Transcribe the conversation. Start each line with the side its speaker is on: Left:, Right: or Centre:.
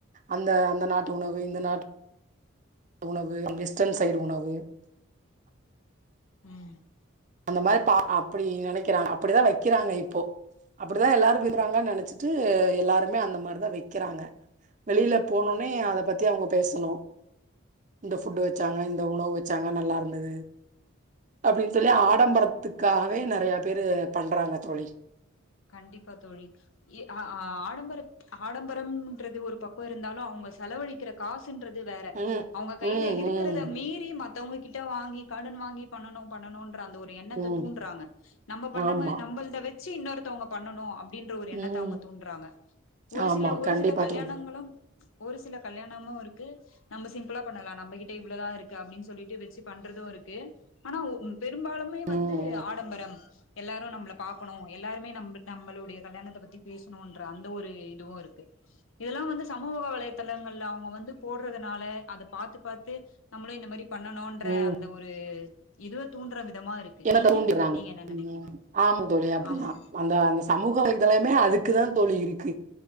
Right: அந்த அந்த நாட்டு உணவு இந்த நாட்டு உணவு வெஸ்டர்ன் சைடு உணவு
Left: ம்
Right: அந்த மாரி பா அப்டி நெனைக்கிறாங்க அப்டிதா வைக்கிறாங்க இப்போ அப்டிதா எல்லாரு விடுறாங்கன்னு நெனைச்சிட்டு எல்லாருமே அந்த மாரிதா வைக்கிறாங்க வெளியில போனொன்னே அத பத்தி அவங்க பேசணு இந்த புஃட்டு வச்சாங்க இந்த உணவு வச்சாங்க நல்லா இருந்தது அப்டின்னு சொல்லி ஆ ஆடம்பரத்துக்காகவே நெறைய பேரு பண்றாங்க தோழி
Left: கண்டிப்பா தோழி இ அ ஆ ஆடம்பரத் ஆடம்பரம்ன்றது ஒரு பக்கோ இருந்தாலு அவங்க செலவழிக்கிற காசு சின்றது வேற
Right: ம்
Left: அவுங்க கையில
Right: ம்
Left: இருக்
Right: ம்
Left: கிறத மீறி மத்தவங்க கிட்ட வாங்கி கடன் வாங்கி பண்ணனு பண்ணனுன்ற அந்த ஒரு எண்ணத்த
Right: ம்
Left: தூன்றாங்க நம்ம பண்ண
Right: ஆமா
Left: மா நம்மல்த வச்சி இன்னொருத்தவங்க பண்ணணு அப்டின் ற ஒரு எண்ணத்த
Right: ம்
Left: அவுங்க தூண்றாங்க ஒரு
Right: ஆமா
Left: சில ஒரு
Right: கண்டிப்பா
Left: சில கல்யாணங்கள
Right: தோழி
Left: ஒரு சில கல்யாணமு இருக்கு நம்ம சிம்பிளா பண்ணலா நம்ப கிட்ட இவ்ளோதா இருக்கு அப்டின் சொல்லிட்டு வச்சி பண்றது இருக்கு ஆனா ஓ ம் பெரும்பாலுமே வந்து
Right: ம்
Left: ஆடம்பரம் எல்லாரு நம்பள பாக்கணு எல் லாருமே நம்ப் நம்பளுடைய கல்யாணத்த பத்தி பேசணுன்ற அந்த ஒரு இதுவு இருக்கு இதெல்லா வந்து சமூக வலைதளங்கள்ல அவுங்க வந்து போடுறதுனால அத பாத்து பாத்து நம்மளு இந்த மாரி பண்ணணுன்ற
Right: ம்
Left: அந்த ஒரு இதுவு தூண்ற விதமா இருக் கு
Right: என்னத்த
Left: நீங்க
Right: தூண்டிறாங்க
Left: நீங்க என்ன நெனைக்கிறீங்க
Right: ம் ஆமா தோழி அப்டிதா
Left: ஆமா
Right: அந்த அந்த சமூக வலைதலமே அதுக்குதா தோழி இருக்கு